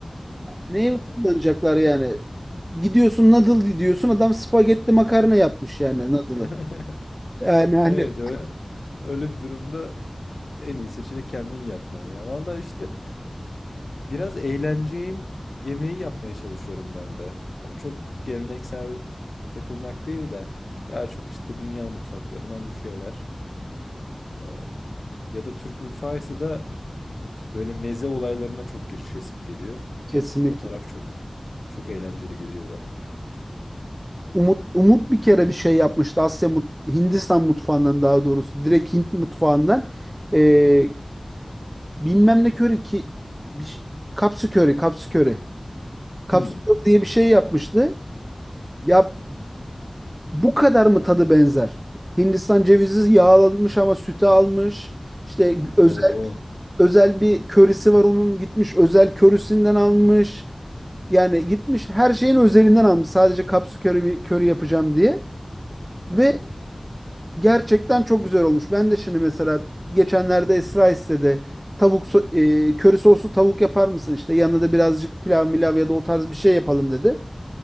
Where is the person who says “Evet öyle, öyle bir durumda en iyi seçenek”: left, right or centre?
Left